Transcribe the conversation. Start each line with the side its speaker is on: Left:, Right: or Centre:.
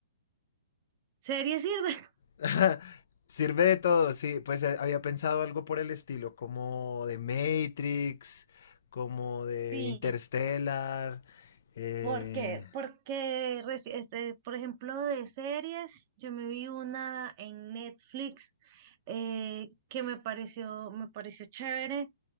Right: ¿serie sirve? <laughs>
Left: <laughs> Sirve de todo, sí. Pues eh, había pensado algo por el estilo, como de Matrix, como de
Right: Sí.
Left: Interstellar. eh,
Right: Porque, porque, reci- este, por ejemplo, de series, yo me vi una en Netflix eh, que me pareció, me pareció chévere,